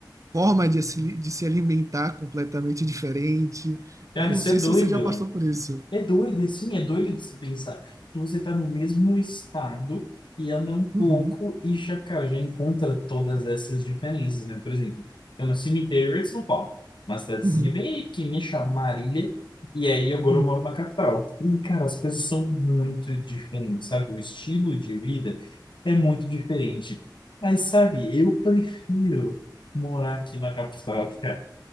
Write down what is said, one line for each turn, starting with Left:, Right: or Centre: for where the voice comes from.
Right: forma de se, de se alimentar completamente diferente.
Left: Cara,
Right: Eu não
Left: isso
Right: sei
Left: é doido.
Right: se você já passou por isso.
Left: É doido, assim, é doido de se pensar que você está no mesmo estado e anda um pouco
Right: Uhum,
Left: e já, cara, já encontra todas essas diferenças, né? Por exemplo, eu nasci no interior de São Paulo, uma cidadezinha
Right: uhum,
Left: bem pequenininha chamada Marília, e aí agora
Right: uhum,
Left: eu moro na capital. E, cara, as coisas são muito diferentes, sabe? O estilo de vida é muito diferente. Mas, sabe, eu prefiro morar aqui na capital, cara.